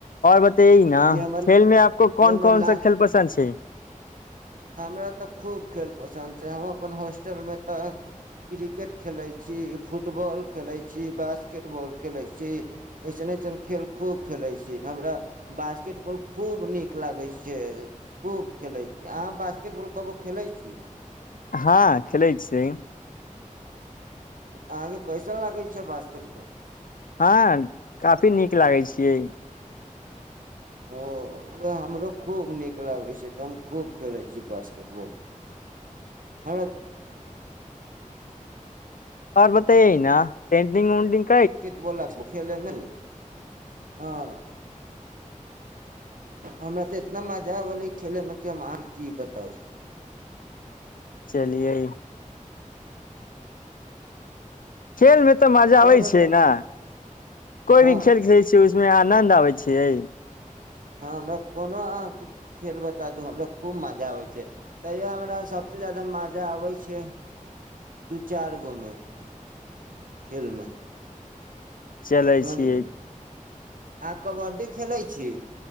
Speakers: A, on the left (about 80°); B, on the right (about 80°).
A: आओर ब त ने
B: ई हमर
A: खेल में आपको
B: ई
A: कोन
B: हमर
A: कन
B: ला
A: सा खेल पसन्द छै
B: हमरा तऽ खूब खेल पसन्द छै हम अपन होॉस्टलमे तऽ क्रिकेट खेलैत छी फुटबॉल खेलैत छी बास्केटबॉल खेलैत छी अइसन अइसन खेल खूब खेलैत छी हमरा बासकेटबॉल खूब नीक लागैत छै खूब खेलैत छी आब <unintelligible>
A: हँ खेलै छियै
B: <unintelligible>
A: <unintelligible>
B: <unintelligible>
A: <unintelligible>
B: <unintelligible> ह हमरा तऽ इतना मजा औलै खेलयमे कि हम अहाँ केँ की बताउ
A: चलिये खेलमे तऽ मजा
B: आओर
A: अबै
B: बताउ
A: छै ने कोई
B: हँ
A: भी खेल खेलै छियै उमे आनंद आबै छियै
B: हँ हमरा कोनो अहाँके खेल बता दू हमरा खूब मजा आबै छै तैयो हमरा सभसे ज्यादा मजा आबै छै दू चारि गो मे खेलमे
A: चलै
B: समझली
A: छियै
B: आ कबड्डी खेलै छी